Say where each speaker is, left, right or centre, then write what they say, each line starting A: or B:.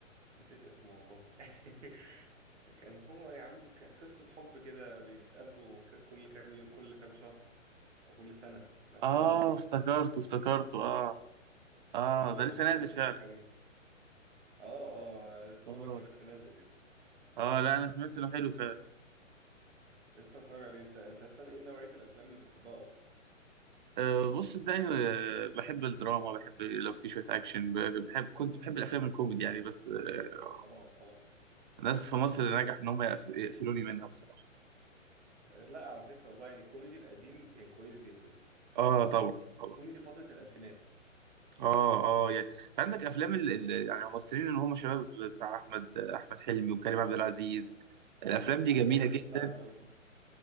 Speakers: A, on the right (about 60°); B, on the right (about 40°).
A: نسيت اسمه والله <laughs> كان هو يا عم ك- قصة حب كده بيتقابلوا ك- كل كام يو... كل كام شهر وكل سنة في نفس
B: آه
A: اليوم
B: افتكرته افتكرته آه آه
A: هو
B: ده
A: ده
B: لسه
A: لسه
B: نازل
A: متفرج
B: فعلا
A: عليه اه اه لسه
B: آه
A: بقول لك هو لسه نازل يعني
B: آه لا أنا سمعت إنه حلو فعلا
A: لسه متفرج عليه انت انت السنة ايه نوعية الافلام اللي بتحبها اصلا
B: آه بص صدقني آه، بحب الدراما بحب لو في شوية أكشن ب- بحب كنت بحب الأفلام الكوميدي يعني بس آه،
A: طب طبعا طبعا
B: ناس في مصر نجح إن هم يقف- يقفلوني منها بصراحة
A: لا على فكرة والله يعني الكوميدي القديم كان كويس جدا
B: آه طبعا
A: يعني
B: طبعا
A: كوميدي فترة الألفينات
B: اه اه يعني عندك افلام ال... ال... يعني الممثلين اللي هم شباب بتاع احمد احمد حلمي وكريم عبد العزيز الافلام دي
A: على
B: جميله
A: فكرة محمد
B: جدا
A: سعد برضه